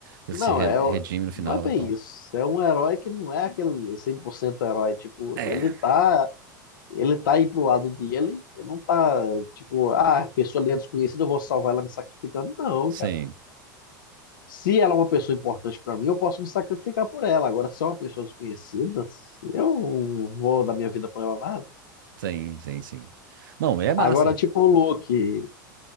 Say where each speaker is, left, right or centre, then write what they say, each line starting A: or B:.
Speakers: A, on the right; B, on the left.
A: Ele
B: Não,
A: se re-
B: é, o-
A: redime no final
B: não é bem
A: lá e tal.
B: isso. É um herói que não é aquele 100% herói. Tipo,
A: É,
B: ele tá, ele tá aí pro lado dele. Ele não tá, tipo, ah, a pessoa ali é desconhecida, eu vou salvar ela me sacrificando. Não,
A: sim,
B: cara. Se ela é uma pessoa importante para mim, eu posso me sacrificar por ela. Agora, se é uma pessoa desconhecida, eu vou dar minha vida por ela nada.
A: sim, sim, sim. Não, é massa.
B: Agora, tipo, o Loki,